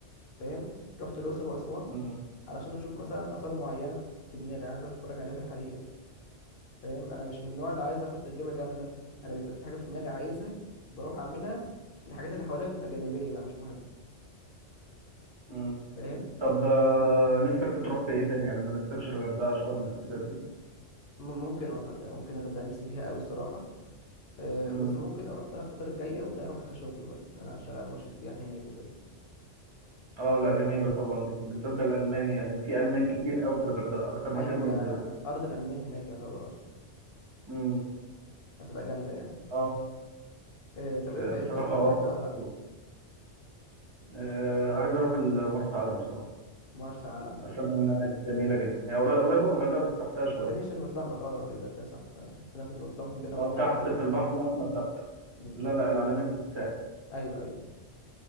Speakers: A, on the left; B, on the right.
A: فاهم رحت الأقصر وأسوان
B: امم
A: علشان أشوف مثلا آثار معينة في دماغي عايز أتفرج عليها في الحقيقة فاهم أنا مش من النوع اللي عايز أخد تجربة كاملة أنا بيبقى في حاجة في دماغي عايزها بروح أعملها الحاجات اللي حواليها بتبقى جانبية بقى مش مهم
B: امم
A: فاهم
B: طب آه، نفسك في تروح في ايه تاني يعني ما نفسكش الغردقه شرم الحتت دي
A: م- ممكن اه غردقة ممكن الغردقة نفسي فيها قوي الصراحة أه
B: امم
A: بس ممكن لو رحتها الفترة الجاية ممكن أروحها كشغل بقى أنا شغال مرشد سياحي هناك وكده
B: اه لا جميله طبعا دي بالذات الالماني يعني في المان كتير قوي في الغردقه اكتر مكان
A: ايوه
B: بينزلوه
A: ارض الالمان هناك يعتبر اصلا
B: امم
A: هتبقى جامده يعني
B: اه
A: إيه طب انت
B: آه،
A: ايه
B: بصراحه
A: نفسك تروح
B: اه
A: حته ولا لا
B: حلو. آه، عايز اروح ال- مرسى علم بصراحه
A: مرسى علم
B: اسمع انها جميله جدا هي قري- قريبه من الغردقه بس تحتها شويه
A: ثانيه عشان أنا بتلخبط اه يبقى كده صح تمام بس انا كنت بتلخبط بيننا
B: اه
A: وبين العالمين
B: تحت في البحر الاحمر تحت
A: امم
B: لا لا العلمين في الساحل
A: ايوه ايوه